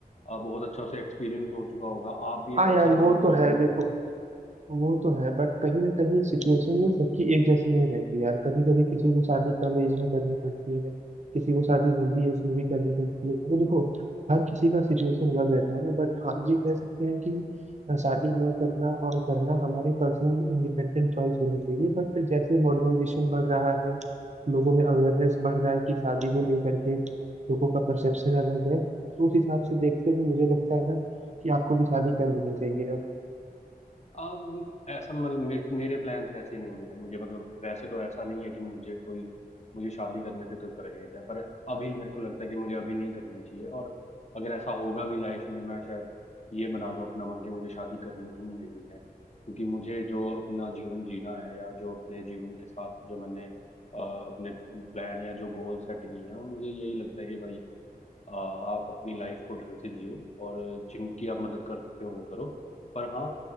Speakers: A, on the left; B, on the right.
A: अ, बहुत अच्छा उसे एक्सपीरियंस हो चुका होगा आप भी एक
B: हाँ
A: अच्छे
B: यार
A: लेवल
B: वो
A: पे
B: तो
A: जॉब
B: है
A: में
B: देखो
A: होंगे
B: वो तो है बट कहीं ना कहीं सिचुएशन में सबकी एक जैसी नहीं रहती यार कभी कभी किसी को शादी कम एज में करनी पड़ती है किसी को शादी जल्दी एज में भी करनी पड़ती है तो देखो हर किसी का सिचुएशन अलग रहता है ना बट हाँ ये कह सकते हैं कि अ, शादी न करना और करना हमारे पर्सनल इंडिपेंडेंट चॉइस होनी चाहिए बट जैसे मॉडर्नाइजेशन बढ़ रहा है लोगों में अवेयरनेस बढ़ रहा है कि शादी को लेकर के लोगों का परसेप्शन अलग है तो उस हिसाब से देखते हुए मुझे लगता है ना कि आपको भी शादी कर लेनी चाहिए
A: आ, मतलब ऐसा मतलब मेरे, मेरे प्लान्स ऐसे नहीं है मुझे मतलब वैसे तो ऐसा नहीं है कि मुझे कोई मुझे शादी करने से कोई परहेज है पर अभी मेरे को लगता है कि मुझे अभी नहीं करना चाहिए और अगर ऐसा होगा भी लाइफ में मैं शायद ये बना लूं अपना मन कि मुझे शादी करनी ही नहीं है क्योंकि मुझे जो अपना जीवन जीना है या जो अपने जीवन के साथ जो मैंने अ, अपने प्लान या जो गोल सेट किए हैं वो मुझे यही लगता है कि भाई आ, आप अपनी लाइफ को ढंग से जियो और जिनकी आप मदद कर सकते हो वो करो पर हाँ